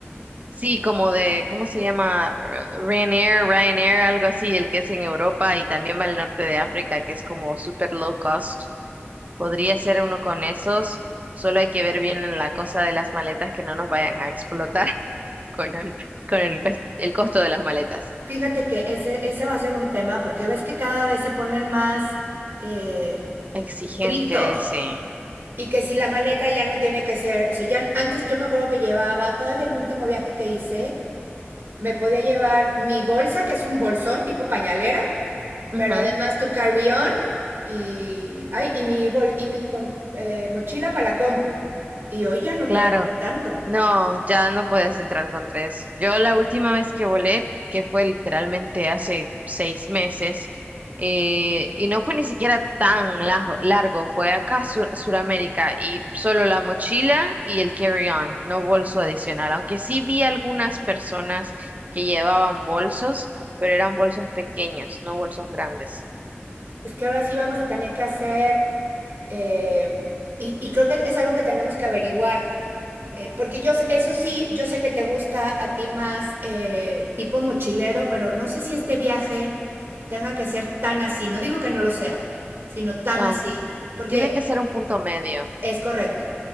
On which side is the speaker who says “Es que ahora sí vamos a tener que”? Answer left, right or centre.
Right